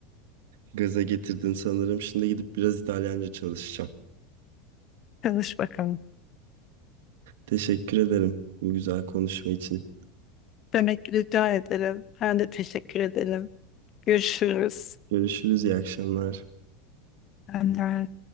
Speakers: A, on the right; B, on the left.
A: gaza getirdin sanırım. Şimdi gidip biraz İtalyanca çalışacağım.
B: Çalış bakalım.
A: Teşekkür ederim bu güzel konuşma için.
B: Demek ki rica ederim. Ben de teşekkür ederim. Görüşürüz.
A: Görüşürüz, iyi akşamlar.
B: Ben de